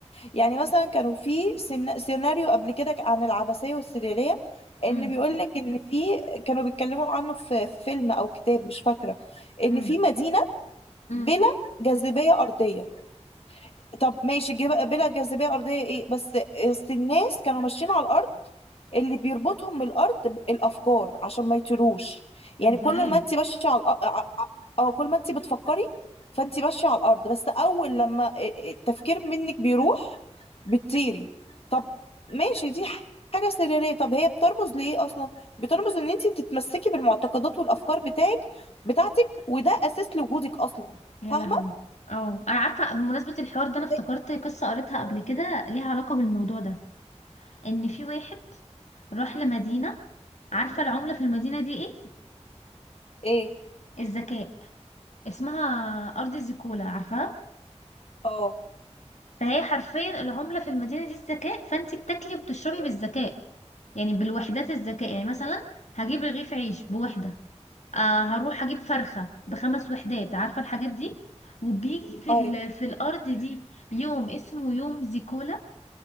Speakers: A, on the left; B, on the left.
A: يعني مثلا كانوا في سينا- سيناريو قبل كده عن العبثية والسريالية ان
B: امم
A: بيقول لك ان في كانوا بيتكلموا عنه في في فيلم او كتاب مش فاكرة ان
B: امم
A: في مدينة
B: امم
A: بلا جاذبية أرضية طب ماشي جيب- بلا جاذبية أرضية ايه بس أصل الناس كانوا ماشيين على الأرض اللي بيربطهم بالارض ب- الافكار عشان ما يطيروش يعني
B: يا سلام
A: كل ما انت ماشيه على الأ- ع- ع- اه كل ما انت بتفكري فانت ماشيه على الارض بس اول لما ا- التفكير منك بيروح بتطيري طب ماشي دي ح- حاجه سريريه طب هي بترمز لايه اصلا بترمز ان انت تتمسكي بالمعتقدات والافكار بتاعك بتاعتك وده اساس لوجودك اصلا
B: يا
A: فاهمه
B: لهوي اه انا عارفه بمناسبه الحوار ده انا افتكرت
A: زي-
B: قصه قريتها قبل كده ليها علاقه بالموضوع ده ان في واحد راح لمدينه عارفه العمله في المدينه دي ايه
A: ايه
B: الذكاء اسمها ارض زيكولا عارفاها
A: اه
B: فهي حرفيا العمله في المدينه دي الذكاء فانت بتاكلي وبتشربي بالذكاء يعني بالوحدات الذكاء يعني مثلا هجيب رغيف عيش بوحده آه هروح اجيب فرخه بخمس وحدات عارفه الحاجات دي وبيجي في
A: ايوه
B: ال... في الارض دي يوم اسمه يوم زيكولا